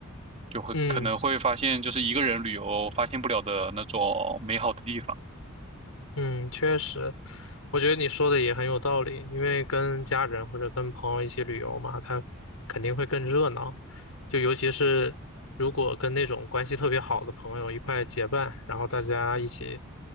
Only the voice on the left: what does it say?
嗯，嗯，确实，我觉得你说的也很有道理，因为跟家人或者跟朋友一起旅游嘛，他肯定会更热闹，就尤其是如果跟那种关系特别好的朋友一块结伴，然后大家一起